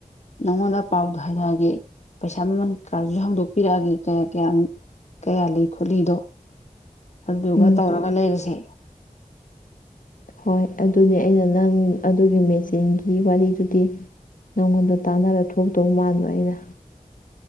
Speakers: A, on the left; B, on the left.
A: ꯅꯪꯉꯣꯟꯗ ꯄꯥꯎꯗꯣ ꯍꯥꯏꯔꯛꯑꯒꯦ ꯄꯩꯁꯥ ꯃꯃꯟ ꯀꯥꯁꯨ ꯍꯥꯡꯗꯣꯛꯄꯤꯔꯛꯑꯒꯦ ꯀꯌꯥ ꯀꯌꯥ ꯀꯌꯥ ꯂꯩ ꯈꯨꯠꯂꯤꯗꯣ ꯑꯗꯨꯗꯨꯒ
B: ꯎꯝ
A: ꯇꯧꯔꯒ ꯂꯩꯔꯁꯦ
B: ꯍꯣꯏ ꯑꯗꯨꯅꯤ ꯑꯩꯅ ꯅꯪ ꯑꯗꯨꯒꯤ ꯃꯦꯆꯤꯟꯒꯤ ꯋꯥꯔꯤꯗꯨꯗꯤ ꯅꯪꯉꯣꯟꯗ ꯇꯥꯟꯅꯔ ꯊꯣꯛꯇꯧ ꯃꯥꯟꯕ ꯑꯩꯅ